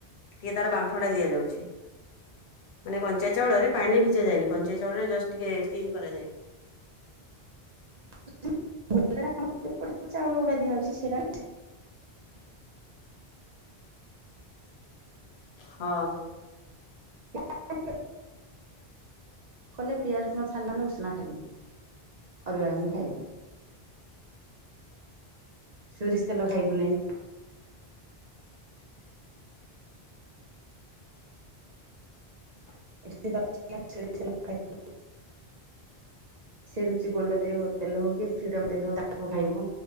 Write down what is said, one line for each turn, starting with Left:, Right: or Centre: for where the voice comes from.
Left: ଟିକିଏ ତାର ବାମ୍ଫଟା ଦିଆଯାଉଛି। ମାନେ କଞ୍ଚା ଚାଉଳରେ ପାଣିରେ ଭିଜା ଯାନି କଞ୍ଚା ଚାଉଳରେ ଜଷ୍ଟ ଟିକେ ଷ୍ଟିମ୍ କରାଯାଏ।
Right: <unintelligible> ଚାଉଳ ଗୁଡା ଦିଆଉଛି ସେରା
Left: ହଁ।
Right: <unintelligible> କଲେ ପିଆଜ ରସୁଣ ଛାଡ଼ିଲ ମାନେ ଉଷୁନା ଖାଇବନି। ଅରୁଆ ହିଁ ଖାଇବୁ। ସୋରିଷ ତେଲ ଖାଇବୁ ନେଇ <unintelligible> ସେ ରୁଚି ଗୋଲଡତେ ତେଲ ହଉ କି ଫ୍ରିଡମ ତେଲ ହଉ ତାକୁ ଖାଇବୁ।